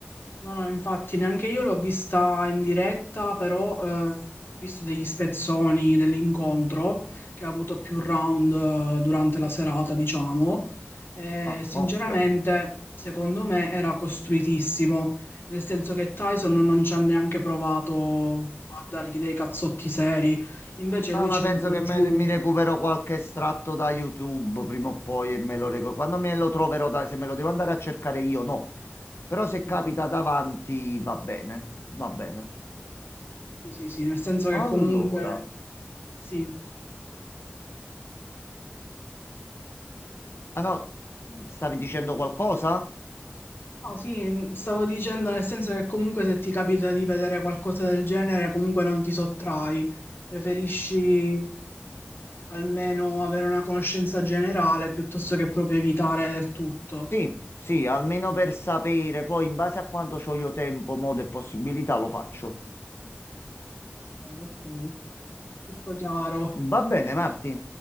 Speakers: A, on the left; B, on the left.
A: No, no, infatti neanche io l'ho vista in diretta, però eh, ho visto degli spezzoni dell'incontro che ha avuto più round eh, durante la serata, diciamo. E,
B: Ah,
A: sinceramente,
B: ok.
A: secondo me era costruitissimo, nel senso che Tyson non ci ha neanche provato a dargli dei cazzotti seri, invece
B: No,
A: lui
B: ma
A: ci
B: penso
A: è andato
B: che
A: giù.
B: me- mi recupero qualche estratto da YouTube prima o poi e me lo recupero. Quando me lo troverò, da- se me lo devo andare a cercare io, no. Però se
A: Mm,
B: capita davanti, va bene. Va bene.
A: Sì, sì, sì, nel senso che
B: Allora.
A: comunque sì,
B: Ah no, stavi dicendo qualcosa?
A: No, sì, stavo dicendo nel senso che comunque se ti capita di vedere qualcosa del genere, comunque non ti sottrai, preferisci almeno avere una conoscenza generale piuttosto che proprio evitare del tutto.
B: Sì, sì, almeno per sapere. Poi, in base a quanto ho io tempo, modo e possibilità, lo faccio.
A: Ok, ok. Tutto chiaro,
B: Va bene, Marti,